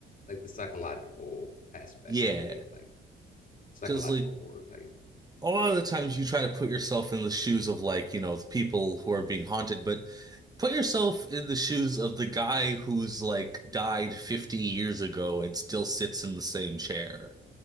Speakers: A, on the left; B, on the right.
A: like the psychological aspect.
B: Yeah,
A: You mean like psychological
B: because like
A: horror type?
B: a lot of the times you try to put yourself in the shoes of like, you know, the people who are being haunted, but put yourself in the shoes of the guy who's like died 50 years ago and still sits in the same chair.